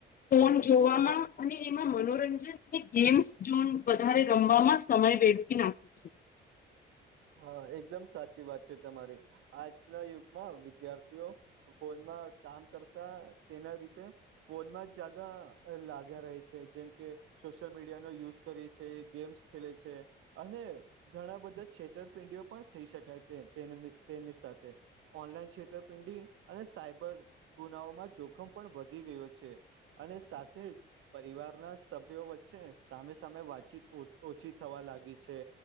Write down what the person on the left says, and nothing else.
ફોન જોવામાં અને એમાં મનોરંજન અને ગેમ્સ જોન વધારે રમવામાં સમય વેઠી નાખે છે